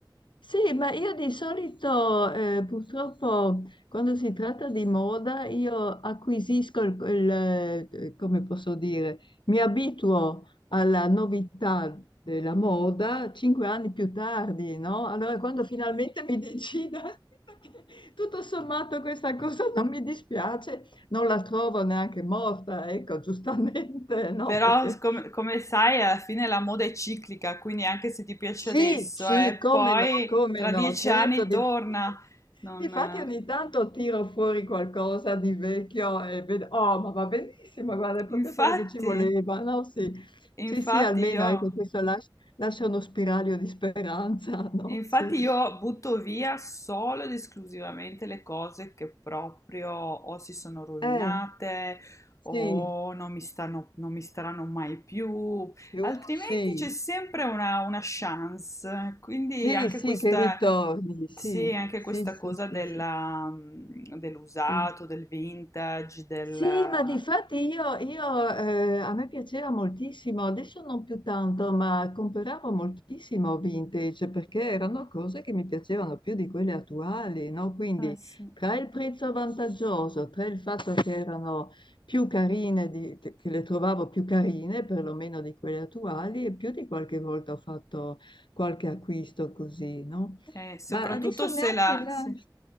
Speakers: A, on the left; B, on the left.
A: Sì, ma io di solito eh, purtroppo quando si tratta di moda io acquisisco il, il, eh, come posso dire, mi abituo alla novità della moda cinque anni più tardi, no? Allora quando finalmente mi decido, <laughs> che tutto sommato questa cosa non mi dispiace, non la trovo neanche morta, ecco, giustamente, no?
B: Però,
A: Perché
B: come, come sai, alla fine la moda è ciclica, quindi anche se ti piace
A: Sì,
B: adesso,
A: sì,
B: eh,
A: come
B: poi
A: no, come
B: tra
A: no,
B: dieci
A: certo.
B: anni
A: Di...
B: torna.
A: <laughs>
B: Non...
A: Difatti
B: eh,
A: ogni tanto tiro fuori qualcosa di vecchio e vedo, oh, ma va benissimo, guarda, è proprio
B: Infatti,
A: quello che ci voleva, no? Sì,
B: infatti
A: sì, sì, almeno
B: io...
A: ecco, questo las- lascia uno spiraglio di speranza, <laughs> no?
B: Infatti
A: Sì.
B: io butto via solo ed esclusivamente le cose che proprio o si sono rovinate
A: Eh, sì,
B: o non mi stanno, non mi staranno mai più,
A: più
B: altrimenti
A: sì,
B: c'è sempre una, una chance. Quindi
A: sì,
B: anche
A: sì,
B: questa,
A: che ritorni, sì,
B: sì, anche
A: sì,
B: questa
A: sì,
B: cosa
A: sì,
B: della,
A: sì,
B: mm, dell'usato,
A: sì.
B: del vintage, del...
A: Sì, ma di fatti io, io, eh, a me piaceva moltissimo, adesso non più tanto, ma compravo moltissimo vintage perché erano cose che mi piacevano più di quelle attuali, no? Quindi
B: eh, sì.
A: tra il prezzo vantaggioso, tra il fatto che erano più carine, di- che le trovavo più carine perlomeno di quelle attuali e più di qualche volta ho fatto qualche acquisto così, no?
B: Eh, soprattutto
A: Ma adesso
B: se
A: neanche
B: la...
A: là...
B: sì.